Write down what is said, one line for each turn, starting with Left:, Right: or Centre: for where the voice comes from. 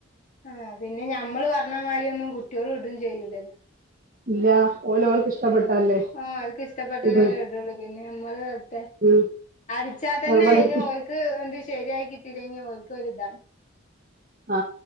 Left: ആ പിന്നെ ഞമ്മള് പറഞ്ഞമായ്രി ഒന്നും കുട്ട്യോള് ഇടും ചെയ്യൂലല്ലോ
Right: ഇല്ല ഓലോൾക്ക് ഇഷ്ടപ്പെട്ടല്ലേ
Left: ആ അവര്ക് ഇഷ്ടപ്പെട്ടതേ
Right: ഇത്
Left: ഇടുള്ളൂ പിന്നെ മ്മള് കാലത്തെ
Right: ഉം.
Left: അടിച്ചാ തന്നെ
Right: നിർബന്ധിച്ച്
Left: അയിന് ഓൽക്ക് ന്ത് ശരിയായി കിട്ടില്ലെങ്കിൽ ഓൽക്ക് ഒരു ഇതാണ്
Right: ആ